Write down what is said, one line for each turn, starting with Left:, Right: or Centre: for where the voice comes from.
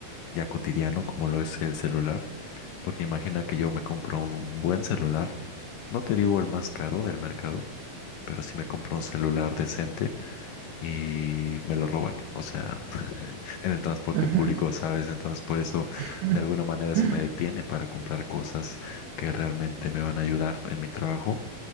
Left: ya cotidiano como lo es el celular, porque imagina que yo me compro un buen celular, no te digo el más caro del mercado, pero sí me compro un celular decente y me lo roban, o sea, <laughs> en el transporte
Right: Ujú.
Left: público, ¿sabes? Entonces por eso,
Right: <laughs>
Left: de alguna manera, eso
Right: Ujú,
Left: me detiene para comprar cosas que realmente me van a ayudar en mi trabajo